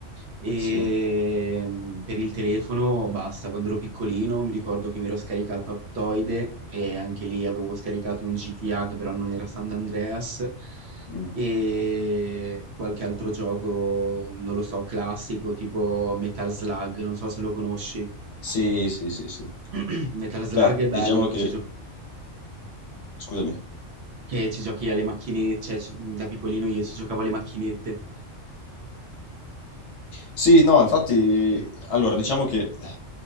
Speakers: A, on the right; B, on the left.
A: E
B: Sì.
A: mm, per il telefono basta, quando ero piccolino mi ricordo che mi ero scaricato Aptoide e anche lì avevo scaricato un GTA che però non era San Andreas
B: Mm.
A: e qualche altro gioco, non lo so, classico tipo Metal Slug, non so se lo conosci.
B: Sì, sì, sì, sì.
A: <clears throat> Metal Slug
B: Beh,
A: è bello
B: diciamo
A: che
B: che...
A: ci, gio-
B: Scusami.
A: che ci giochi alle macchinette, cioè ci- da piccolino io ci giocavo alle macchinette.
B: Sì, no, infatti, allora, diciamo che eh,